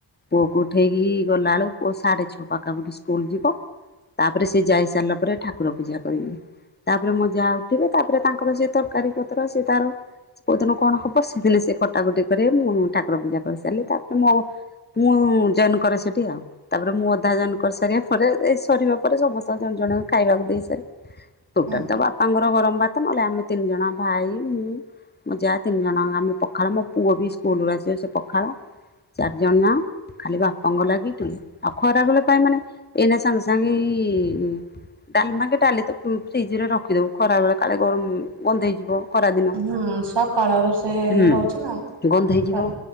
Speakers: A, on the left; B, on the right.
A: ପୁଅ କୁ ଉଠେଇକି ଗଲା ବେଳକୁ ପୁଅ ସାଢେ ଛଅ ପାଖାପାଖି ସ୍କୁଲ ଯିବ ତାପରେ ସେ ଯାଇ ସାରିଲା ତାପରେ ଠାକୁର ପୂଜା କରିବି ତାପରେ
B: ହୁଁ
A: ମୋ ଜା ଉଠିବେ ତାପରେ ତାଙ୍କର ସେ ତରକାରୀ ପତ୍ର ସେ ତାର କୋଉ ଦିନ କଣ ହବ ସେଦିନ ସେ କଟାକଟି କରିବେ ମୁଁ ଠାକୁର ପୂଜା କରିସାରିଲେ ତାପରେ ମୋ ଆଉ ପୁ ଜଏନ୍ କରେ ସେଠି ଆଉ ତାପରେ ମୁଁ ଅଧା ଜଏନ୍ କରି ସାରିବା ପରେ ଏଇ ସରିବା ପରେ ସମସ୍ତ ଜଣେ ଜଣେ ଖାଇବାକୁ ଦେଇ ସାରି ଟୋଟାଲ
B: ହୁଁ
A: ତ ବାପାଙ୍କର ଗରମ ଭାତ ନହେଲେ ଆମେ ତିନି ଜଣ ଭାଇ ମୁଁ ମୋ ଜା ତିନି ଜଣଆଙ୍କ ଆମେ ପଖାଳ ମୋ ପୁଅ ବି ସ୍କୁଲୁରୁ ଆସିବେ ସେ ପଖାଳ। ଚାରି ଜଣ ଯାଁକ। ଖାଲି ବାପାଙ୍କ ଲାଗି ଟି ଆଉ ଖରାବେଳେ ପାଇଁ ମାନେ ଏଇନା ସାଙ୍ଗେ ସାଙ୍ଗେ ଏଇ ଡାଲମା କି ଡାଲି ତ ଉ ଫ୍ରିଜ ରେ ରଖିଦବୁ ଖରା ବେଳେ କାଳେ ଗରମ ଗନ୍ଧେଇ ଯିବ। ଖରାଦିନ
B: ହୁଁ ହୁଁ ସକାଳ ରୋଷେଇ
A: ହୁଁ
B: ହଉଛି ନା
A: ଗନ୍ଦେଇ
B: ସରି
A: ଯିବ।